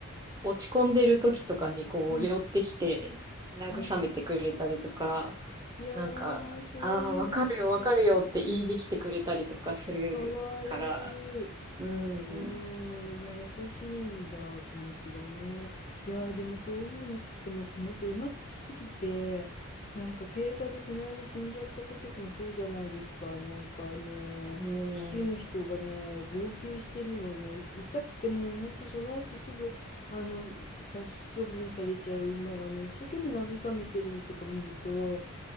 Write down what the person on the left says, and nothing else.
うん。ああ、いやー、
そういうの、
うーん、
かわいい。
うーん、
ね優しいんだ、気持ちがね。いやー、でもそういうの聞くと、私、本当馬好きすぎて、なんか競馬でこの間死んじゃった子とかもそうじゃないですか。なんかね、
騎手の人がね、号泣してるのをね、い痛くてもう本当その後すぐ、あの殺処分されちゃう馬がね一生懸命慰めてるのとか見ると